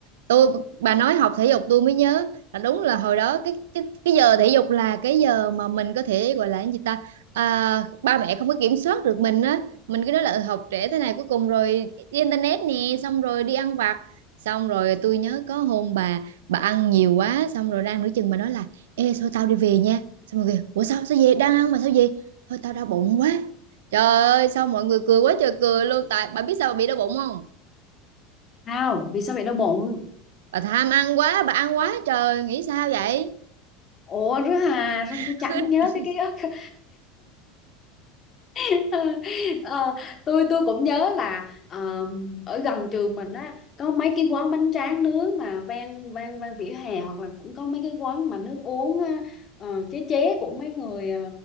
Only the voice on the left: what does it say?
sao vì sao vậy đau bụng
ủa rứa Hà
sao tôi chẳng nhớ cái ký ức <laughs> ờ, tôi tôi cũng nhớ là ờ, ở gần trường mình á có mấy cái quán bánh tráng nướng mà ven ven ven vỉa hè hoặc là cũng có mấy cái quán mà nước uống á, ờ, chế chế của mấy người